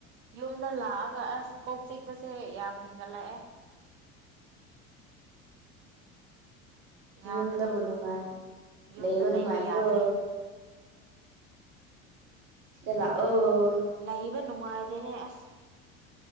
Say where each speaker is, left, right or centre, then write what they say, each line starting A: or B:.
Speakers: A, on the right; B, on the right.
A: ꯌꯨꯝꯗ ꯂꯥꯛꯑꯒ ꯑꯁ ꯀꯣꯛ ꯆꯤꯛꯄꯁꯦ ꯌꯥꯝ ꯍꯦꯟꯒꯠꯂꯛꯑꯦ ꯌꯥꯗ꯭ꯔꯦ
B: ꯌꯨꯝꯗꯕꯨ ꯅꯨꯡꯉꯥꯏ
A: ꯌꯨꯝꯗ
B: ꯂꯩꯕ ꯅꯨꯡꯉꯥꯏꯕ꯭ꯔꯣ
A: ꯌꯥꯗ꯭ꯔꯦ
B: ꯁꯤꯗ ꯂꯥꯛꯑꯣ
A: ꯂꯩꯕ ꯅꯨꯡꯉꯥꯏꯇꯦꯅꯦ ꯑꯁ